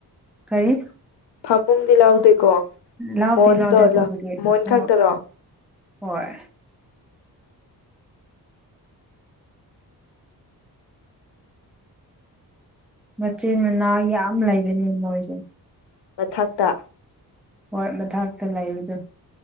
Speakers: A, in the centre; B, on the left.
A: ꯀꯔꯤ
B: ꯐꯃꯨꯡꯗꯤ ꯂꯥꯎꯗꯦꯀꯣ
A: ꯂꯥꯎꯗꯦ
B: ꯃꯣꯟꯗꯣ
A: ꯂꯥꯎꯗꯦ ꯑꯗꯨꯕꯨꯗꯤ
B: ꯃꯣꯟ
A: ꯍꯣꯏ
B: ꯈꯛꯇꯔꯣ
A: ꯍꯣꯏ ꯃꯆꯤꯟ ꯃꯅꯥꯎ ꯌꯥꯝ ꯂꯩꯕꯅꯦ ꯃꯣꯏꯗꯤ
B: ꯃꯊꯥꯛꯇ
A: ꯍꯣꯏ ꯃꯊꯥꯛꯇ ꯂꯩꯕꯗꯨ